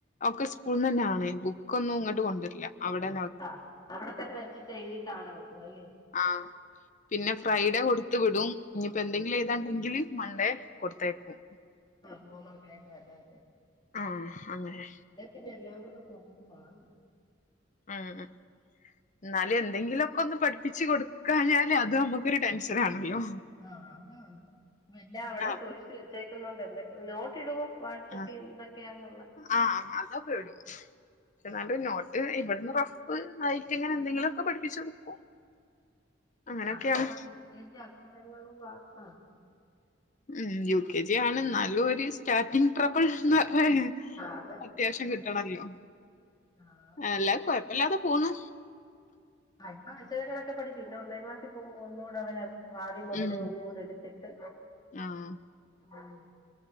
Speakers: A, on the left; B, on the left.
A: ഒക്കെ സ്കൂളന്ന് തന്നെയാണെ ബുക്കൊന്നും ഇങ്ങോട്ട് കൊണ്ടില്ല അവിടന്ന
B: ആഹ് അവിടെത്തന്നെ വെച്ചിട്ട് എഴുതിയിട്ടാട വെക്കുവല്ലേ
A: ആഹ് പിന്നെ ഫ്രൈഡേ കൊടുത്ത് വിടും ഇനിയിപ്പോ എന്തെങ്കിലും
B: ആ
A: എയിതാനിണ്ടെങ്കിലു മണ്ടേ കൊടുത്തേയ്ക്കും
B: ആഹ് ഹോം വർക്ക് ആയിട്ട് വല്ല
A: ആഹ് അങ്ങനെ
B: പിന്നെ എല്ലാം കൂടെ കൊണ്ടന്ന പാടാ
A: ഉം ഉം എന്നാലും എന്തെങ്കിലുമൊക്കെ ഒന്ന് പഠിപ്പിച്ച് കൊടുക്കാഞ്ഞാല് അത് നമ്മുക്കൊരു ടെൻഷനാണല്ലോ
B: ആഹ് പിന്നെ അവിടെ
A: ആഹ്
B: സൂക്ഷിച്ച വെച്ചേക്കുന്നോണ്ട് എന്തൊക്കെ നോട്ടിടുവോ വാട്സപ്പില്
A: ആഹ്
B: എന്തൊക്കെയാണുള്ള
A: ആഹ് അതൊക്കെയിടും പക്ഷെ എങ്ങാണ്ട് നോട്ട് ഇവിടുന്ന് റഫ് ആയിട്ട് ഇങ്ങനെ എന്തെങ്കിലുമൊക്കെ പഠിപ്പിച്ച് കൊടുക്കും അങ്ങനൊക്കെയാണ്
B: ആഹ് യു കെ ജി അടുത്തതെങ്ങാണ്ടും ക്ലാസ് ആഹ്
A: ഉം യു കെ ജി ആണ് നല്ല ഒരു സ്റ്റാർട്ടിങ് ട്രെബ്ബിൾ എന്ന് പറയാ
B: അത്
A: അത്യാവശ്യം
B: ആഹ്
A: കിട്ടണല്ലോ
B: ആഹ്
A: എല്ലാ കൊയപ്പില്ലാതെ പോണ്
B: അല്പം അക്ഷരങ്ങളൊക്കെ പഠി പിന്നെ ഒന്നാം ക്ലാസ്സിൽ പോകുമ്പോ ഒന്നുകൂടെ അവരത് ആദ്യ മുതലേ
A: ഉം
B: ഒന്നുടെ എടുത്തിട്ട്
A: ആഹ്
B: ഉം